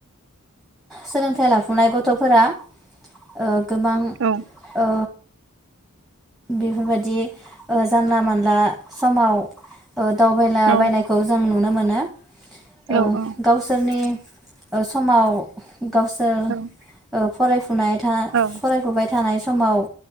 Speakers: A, in the centre; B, on the right (about 60°).
A: सोलोंथाइ लाफुनाय गथ'फोरा ओ गोबां
B: औ
A: ओ बेफोरबायदि ओ जानला मोनला समाव ओ दावबायलाबायनायखौ
B: औ
A: जों नुनो मोन नो
B: औ
A: ओ
B: औ
A: गावसोरनि ओ समाव गावसो
B: औ
A: ओ फरायफु फुनाय था
B: औ
A: फरायफुबाय थानाय सम समाव